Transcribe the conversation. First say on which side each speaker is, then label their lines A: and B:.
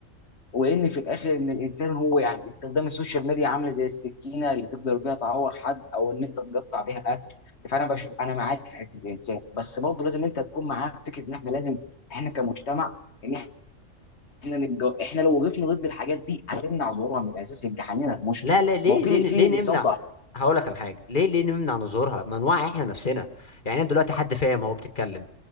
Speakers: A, on the left; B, on the left.
A: وان في الاخر ان الانسان هو يعني استخدام السوشيال ميديا عامله زي السكينه اللي تقدر بيها تعور حد او ان انت تقطع بيها اكل فانا بشوف انا معاك في حته الانسان بس برضه لازم انت تكون معاك في فكره ان احنا لازم احنا كمجتمع ان احنا نتجو... احنا لو وقفنا ضد الحاجات دي هتمنع ظهورها من الاساس يبقى حلينا المشكله
B: لا لا ليه
A: ما هو في
B: ليه
A: في
B: ليه
A: انسان
B: نمنع
A: ضعيف
B: هقول لك على حاجه ليه ليه نمنع من ظهورها ما نوعي احنا نفسنا يعني أنا دلوقتي حد فاهم هو بتتكلم